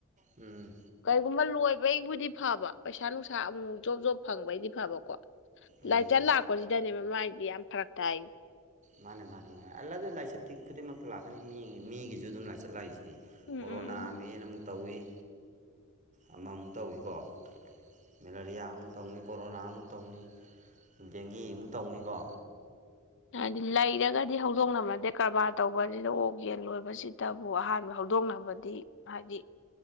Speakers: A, on the right; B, on the left.
A: ꯎꯝ
B: ꯀꯔꯤꯒꯨꯝꯕ ꯂꯣꯏꯕꯩꯕꯨꯗꯤ ꯐꯕ ꯄꯩꯁꯥ ꯅꯨꯡꯁꯥ ꯑꯃꯨꯛ ꯖꯣꯕ ꯖꯣꯕ ꯐꯪꯕꯩꯗꯤ ꯐꯕꯀꯣ
A: ꯎꯝ
B: ꯂꯥꯏꯆꯠ ꯂꯥꯛꯄꯁꯤꯗꯅꯦ ꯃꯥꯒꯤ ꯌꯥꯝ ꯐꯔ ꯇꯥꯏ
A: ꯃꯥꯅꯦ ꯃꯥꯅꯦ ꯃꯥꯅꯦ ꯑꯜ ꯑꯗꯨ ꯂꯥꯏꯆꯠꯇꯤ ꯈꯨꯗꯤꯡꯃꯛꯇ ꯂꯥꯛꯀꯅꯤ ꯃꯤꯒꯤ ꯃꯤꯒꯤꯁꯨ ꯑꯗꯨꯝ ꯂꯥꯏꯆꯠ ꯂꯥꯛꯏꯁꯤꯗꯤ
B: ꯎꯝ
A: ꯀꯣꯔꯣꯅꯥꯅꯦꯅ
B: ꯎꯝ
A: ꯑꯃꯨꯛ ꯇꯧꯏꯤ ꯑꯃꯃꯨꯛ ꯇꯧꯏꯀꯣ ꯃꯦꯂꯔꯤꯌꯥ ꯑꯃꯨꯛ ꯇꯧꯅꯤ ꯀꯣꯔꯣꯅꯥ ꯑꯃꯨꯛ ꯇꯧꯅꯤ ꯗꯦꯡꯒꯤ ꯑꯃꯨꯛ ꯇꯧꯅꯤꯀꯣ
B: ꯍꯥꯏꯗꯤ ꯂꯩꯔꯒꯗꯤ ꯍꯧꯗꯣꯛꯅꯝꯃꯗꯦ ꯀꯔꯕꯥꯔ ꯇꯧꯕꯁꯤꯗ ꯑꯣꯛ ꯌꯦꯜ ꯂꯣꯏꯕꯁꯤꯡ ꯇꯕꯨ ꯑꯍꯥꯟꯕ ꯍꯧꯗꯣꯛꯅꯕꯗꯤ ꯍꯥꯏꯗꯤ